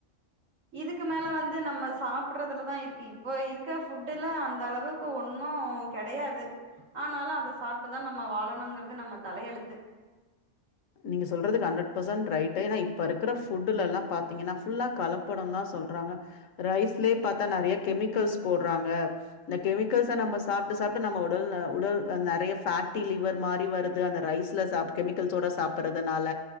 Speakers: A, on the right (about 80°); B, on the left (about 85°).
A: இதுக்கு மேல வந்து நம்ம சாப்புட்றதுலதா இருக்கு இப்போ இருக்க ஃபுட்டுல அந்த அளவு க்கு ஒன்னு கெடையாது ஆனாலு அத சாப்ட்டுதா நம்ம வாழணுங்கறது நம்ம தலயெழுத்து
B: நீங்க சொல்றது ஹண்ட்ரட் பெர்ஸன்ட் ரைட்டு என்னா இப்ப இருக்கற ஃபுட்டுலல்லா பாத்தீங்கன்னா ஃபுல்லா கலப் படந்தா சொல்றாங்க ரைஸ்லே பாத்தா நெறைய கெமிக்கல்ஸ் போட்றாங்க இந்த கெமிக்கல்ஸ்ஸ நம்ம சாப்ட்டு சாப்ட்டு நம்ம உடல் உடல் நெறைய ஃபேட்டி லிவர் மாரி வருது அந்த ரைஸ் ல சாப் கெமிக்கல்ஸோட சாப்பட்றதுனால